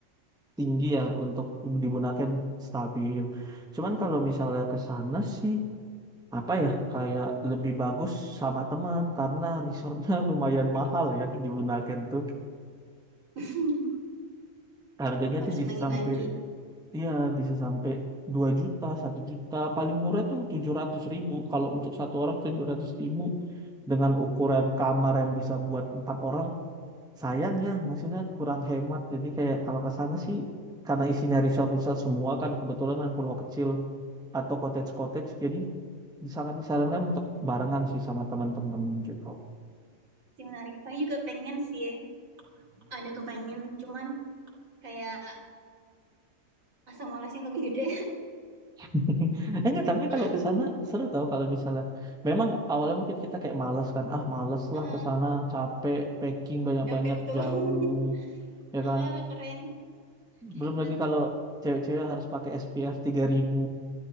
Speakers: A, in the centre; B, on the right.
A: tinggi ya untuk di Bunake kan stabil. Cuman kalau misalnya ke sana sih apa ya kayak lebih bagus sama teman karena resortnya <laughs> lumayan mahal ya di Bunaken tuh
B: <laughs>
A: harganya
B: Harus
A: tuh bisa
B: bagi-bagi.
A: sampai Iya, bisa sampai 2 juta, satu juta. Paling murah tuh 700 ribu. Kalau untuk satu orang 700 ribu dengan ukuran kamar yang bisa buat empat orang, sayang ya, maksudnya kurang hemat. Jadi kayak kalau ke sana sih, karena isinya resort-resort semua kan, kebetulan kan pulau kecil atau cottage-cottage, jadi sangat disarankan untuk barengan sih sama teman-teman gitu.
B: Sih menarik. Saya juga pengen sih Ada kepengen, cuman kayak asam malasnya lebih gede.
A: <laughs> Enggak, tapi
B: <laughs>
A: kalau ke sana seru tau kalau misalnya memang awalnya mungkin kita kayak malas kan. Ah, malas
B: Heeh,
A: lah ke sana, capek, packing banyak-banyak
B: capek betul.
A: jauh,
B: <laughs>
A: ya
B: Namanya
A: kan.
B: keren,
A: Belum
B: hebat.
A: lagi kalau cewek-cewek harus pakai SPF ribu